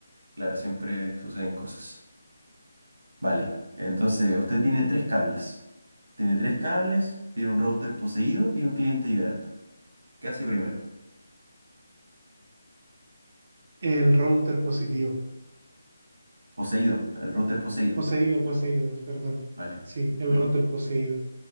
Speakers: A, on the right (about 75°); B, on the right (about 40°).
A: claro, siempre suceden cosas. Vale, entonces usted tiene tres cables. Tiene tres cables, tiene un router poseído y un cliente vibrando. ¿Qué hace primero?
B: El router positivo.
A: Poseído, el router poseído.
B: Poseído, poseído, es, perdón.
A: Vale,
B: Sí,
A: entiendo.
B: el router poseído.